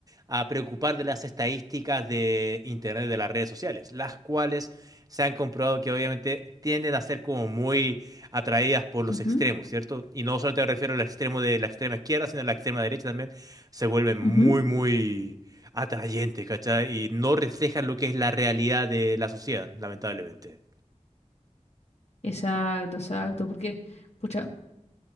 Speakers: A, on the right; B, on the left.
A: a preocupar de las estadísticas de Internet, de las redes sociales, las cuales se han comprobado que obviamente tienden a ser como muy atraídas por los
B: Ujú,
A: extremos, ¿cierto? Y no solamente me refiero al extremo de la extrema izquierda, sino a la extrema derecha también, se vuelven muy,
B: ujú.
A: muy atrayentes, ¿cachai? Y no reflejan lo que es la realidad de la sociedad, lamentablemente.
B: Exacto, exacto, porque, pucha,